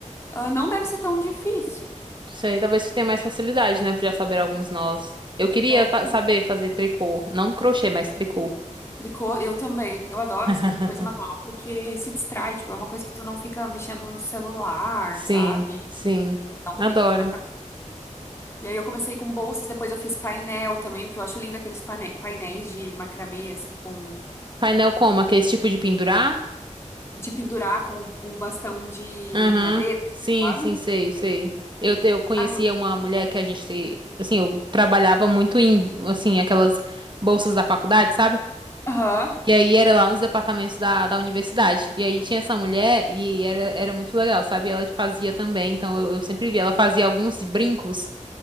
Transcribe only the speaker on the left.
ah, não deve ser tão difícil.
É, é,
porque
Tricô, eu também. Eu adoro,
assim, a coisa manual, porque se distrai, tipo, é uma coisa que tu não fica mexendo no celular,
sabe?
Dá um
tempo pra acabar. E aí eu comecei com bolsas, depois eu fiz painel também, porque eu acho lindo aqueles pane- painéis de macramê, assim, com
de pendurar com o o bastão de
madeira,
sabe?
Ah, eu...
Aham.